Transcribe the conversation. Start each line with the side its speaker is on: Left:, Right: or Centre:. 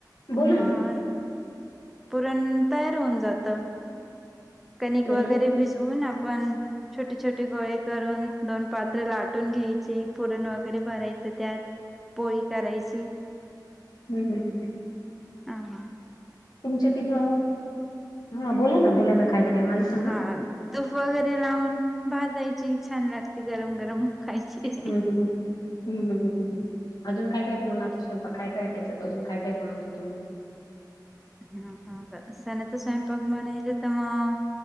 Left: बोला
Centre: आणि मग
Left: ना
Centre: पुरण तयार होऊन जातं. कणिक
Left: नाही
Centre: वगैरे
Left: हम्म
Centre: भिजवुन आपण छोटे छोटे गोळे करून, दोन पात्र लाटून घ्यायचे. पुरण वगैरे भरायच त्यात.
Left: <inaudible>
Centre: पोळी करायची
Left: हम्म, हम्म.
Centre: हा.
Left: तुमच्या तिथं, हि बोलाना बोलाना काय काय मला सांगा
Centre: हा तुप वैगरे लावुन भाजायची, छान लागते गरम गरम खायची.
Left: हम्म हम्म हम्म हम्म हम्म. अजून काय काय पूरणाच स्वयंपाक काय काय त्याच्यात अजून काय काय बनवता तुम्ही?
Centre: हा हा बर, सणांचा स्वयंपाक म्हणायचं तर मग